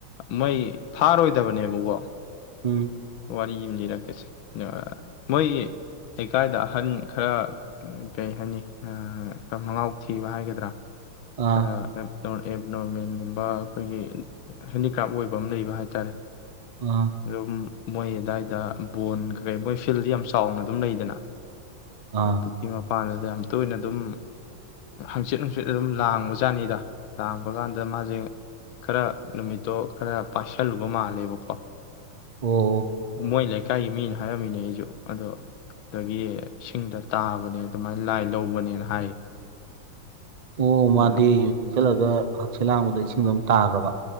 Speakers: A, on the left; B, on the right.
A: ꯃꯣꯏ ꯐꯥꯔꯣꯏꯗꯕꯅꯦꯕꯀꯣ
B: ꯎꯝ
A: ꯋꯥꯔꯤ ꯌꯦ ꯂꯤꯔꯛꯀꯦꯁꯦ ꯃꯣꯏ ꯂꯩꯀꯥꯏꯗ ꯑꯍꯟ ꯈꯔ ꯀꯩ ꯍꯥꯏꯅꯤ ꯈꯔ ꯃꯉꯥꯎ ꯊꯤꯕ ꯍꯥꯏꯒꯗ꯭ꯔꯥ
B: ꯑꯥ
A: ꯈꯔ ꯅ ꯑꯦꯞ ꯅꯣꯔꯃꯦꯟꯒꯨꯝꯕ ꯑꯩꯈꯣꯏꯒꯤ ꯍꯦꯟꯗꯤꯀ꯭ꯔꯥꯞ ꯑꯣꯏꯕ ꯑꯃ ꯂꯩꯕ ꯍꯥꯏꯇꯥꯔꯦ
B: ꯑꯥ
A: ꯑꯗꯨꯝ ꯃꯣꯏ ꯑꯗꯨꯋꯥꯏꯗ ꯕꯣꯟ ꯀꯩꯀꯩ ꯃꯣꯏ ꯐꯤꯜꯗꯤ ꯌꯥꯝ ꯆꯥꯎꯅ ꯑꯗꯨꯝ ꯂꯩꯗꯅ
B: ꯑꯥ
A: ꯑ ꯄꯨꯈ꯭ꯔꯤ ꯃꯄꯥꯟꯗꯨꯗ ꯌꯥꯝ ꯇꯣꯏꯅ ꯑꯗꯨꯝ ꯍꯪꯆꯤꯠ ꯍꯪꯆꯤꯠ ꯑꯗꯨꯝ ꯂꯥꯡꯕꯖꯥꯠꯅꯤꯗ ꯂꯥꯡꯕ ꯀꯥꯟꯗ ꯃꯥꯁꯦ ꯈꯔ ꯅꯨꯃꯤꯠꯇꯣ ꯈꯔ ꯄꯥꯏꯁꯜꯂꯨꯕ ꯃꯥꯜꯂꯦꯕꯀꯣ
B: ꯑꯣ
A: ꯃꯣꯏ ꯂꯩꯀꯥꯏꯒꯤ ꯃꯤꯅ ꯍꯥꯏꯔꯝꯃꯤꯅꯦ ꯑꯩꯁꯨ ꯑꯗꯣ ꯑꯗꯒꯤ ꯏꯁꯤꯡꯗ ꯇꯥꯕꯅꯦ ꯑꯗꯨꯃꯥꯏꯅ ꯂꯥꯏ ꯂꯧꯕꯅꯦꯅ ꯍꯥꯏ
B: ꯑꯣ
A: ꯑꯗ
B: ꯃꯥꯗꯤ ꯍꯥꯛꯆꯤꯜꯂꯒ ꯍꯛꯁꯦꯜ ꯂꯥꯡꯕꯗ ꯏꯁꯤꯡꯗꯣ ꯑꯗꯨꯝ ꯇꯥꯈ꯭ꯔꯕ